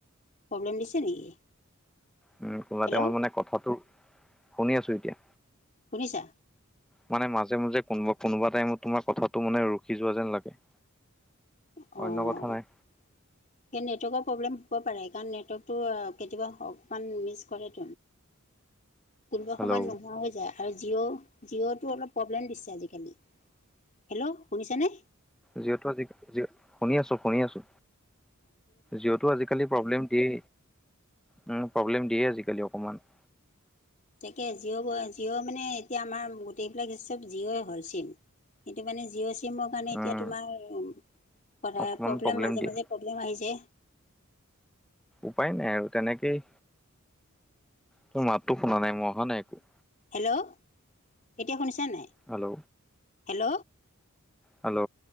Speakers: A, on the left (about 35°); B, in the centre.
A: প্ৰব্লেম দিছে নেকি?
B: উম, কোনমতে
A: হেল্ল'
B: মই মানে কথাটো শুনি আছো এতিয়া।
A: শুনিছা?
B: মানে, মাজে মাজে কোনোবা কোনোবা টাইমত তোমাৰ কথাটো মানে ৰখি যোৱা যেন লাগে।
A: অহ।
B: অন্য কথা নাই
A: সেই নেটৱৰ্কৰ প্ৰব্লেম হ'ব পাৰে, কাৰণ নেটৱৰ্কতটো কেতিয়াবা অকমান মিচ কৰে। কোনোবা
B: হেল্ল'
A: সময়ত নোহোৱা হৈ যায়। আৰু জিঅ' জিঅ'টো অলপ প্ৰব্লেম দিছে আজিকালি, হেল্ল' শুনিছানে?
B: জিঅ'টো আজি শুনি আছো, শুনি আছো। জিঅ'টো আজিকালি প্ৰব্লেম দিয়ে, উম প্ৰব্লেম দিয়ে আজিকালি অকমান।
A: তাকে জিঅ' জিঅ' মানে এতিয়া আমাৰ গোটেইবিলাক চব জিঅ' হ'ল চিম। সেইটো মানে, জিঅ' চিমৰ কাৰণে
B: উম
A: এতিয়া তোমাৰ
B: অকমান
A: প্ৰব্লেম মাজে
B: দিয়ে
A: মাজে প্ৰব্লেম আহিছে।
B: উপায় নাই আৰু, তেনেকেই তোৰ মাততো শুনা নাই মই অহা নাই একো?
A: হেল্ল'? এতিয়া শুনিছা নাই?
B: Hello?
A: Hello.
B: Hello.